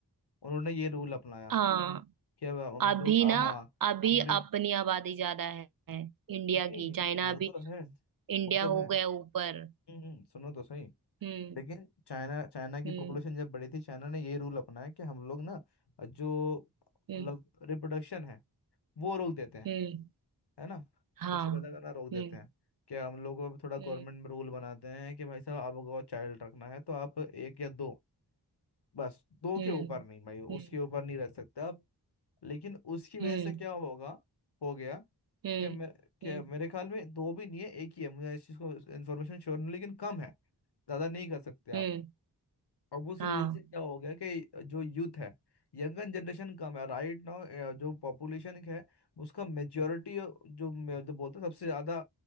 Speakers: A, on the left; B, on the right.
A: उन्होंने ये रूल अपनाया
B: हाँ
A: कि अब हम
B: अभी
A: लोग आ,
B: ना
A: हाँ
B: अभी
A: अमरे
B: अपनी आबादी ज्यादा है है इंडिया
A: नहीं
B: की चाइना
A: वो
B: अभी
A: तो है
B: इंडिया
A: वो तो
B: हो
A: है
B: गया ऊपर
A: हम्म हम्म, सुनो तो सही
B: हम्म
A: लेकिन चाइना चाइना की
B: हम्म
A: पॉपुलेशन जब बड़ी थी चाइना ने ये रूल अपनाया कि हम लोग ना जो
B: हम्म
A: मतलब रिप्रोडक्शन है वो रोक देते हैं
B: हम्म
A: है ना
B: हाँ
A: बच्चे पैदा करना रोक देते
B: हम्म
A: हैं क्या हम लोग अब थोड़ा गवर्नमेंट
B: हम्म
A: में रूल बनाते हैं कि भाई साहब आपको चाइल्ड रखना है तो आप एक या दो बस दो
B: हम्म
A: के ऊपर नहीं भाई उसके
B: हम्म
A: ऊपर नहीं रख सकते आप लेकिन उसकी वजह
B: हम्म
A: से क्या होगा हो गया
B: हम्म
A: कि मे, कि
B: हम्म
A: मेरे ख्याल में दो भी नहीं है एक ही है मुझे इस चीज़ को इन्फॉर्मेशन श्योर नहीं लेकिन कम है ज़्यादा नहीं कर सकते आप
B: हम्म,
A: अब उस
B: हाँ
A: रीजन से क्या हो गया कि जो यूथ है यंगन जनरेशन कम है राइट नाउ जो पॉपुलेशन है उसका मेच्योरिटी जो मैं- जो बोलते हैं सबसे ज्यादा